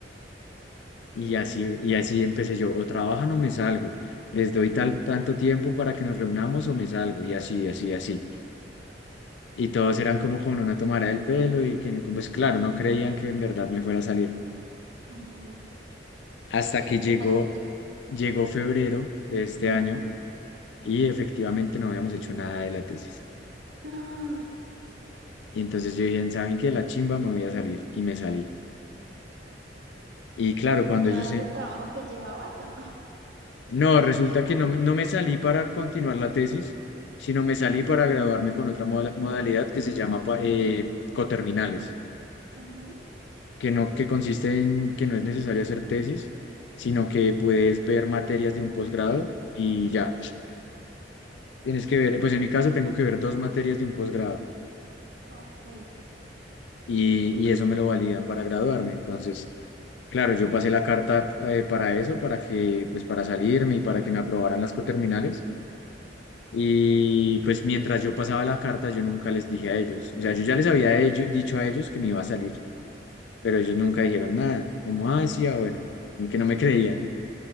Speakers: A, on the left (about 70°); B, on the right (about 65°).
A: Y
B: Mm,
A: así, y así empecé yo, o trabajan o me salgo, les doy tal, tanto tiempo para que nos reunamos o me salgo, y así, así, así. Y todos eran como con una tomada del pelo y que, pues claro, no creían que en verdad me fuera a salir.
B: ujú.
A: Hasta
B: Y al final
A: que llegó,
B: te saliste.
A: llegó febrero de este
B: Ujú.
A: año y efectivamente no habíamos hecho nada de la tesis.
B: Ah,
A: Y entonces yo dije, ¿saben qué? La chimba me voy a salir y me salí. Y claro,
B: ¿Y te
A: cuando
B: llevas
A: ellos, se-
B: el trabajo que llevabas o no?
A: No, resulta que no, me- no me salí para continuar la tesis, sino me salí para graduarme con otra moda- modalidad que se llama pa- eh, coterminales,
B: Ujú,
A: que no, que consiste en que no es necesario hacer tesis, sino que puedes ver materias de un posgrado y ya. Tienes que ver, pues en mi caso tengo que ver dos materias de un posgrado
B: Ok.
A: y, y eso me lo validan para graduarme. Entonces, claro, yo pasé la carta eh, para eso, para que, pues para salirme y para que me aprobaran las coterminales Y pues mientras yo pasaba la carta, yo nunca les dije a ellos. O sea, yo ya les había ello- dicho a ellos que me iba a salir, pero ellos nunca dijeron nada. Como, ah, sí, ah, bueno, como que no me creían.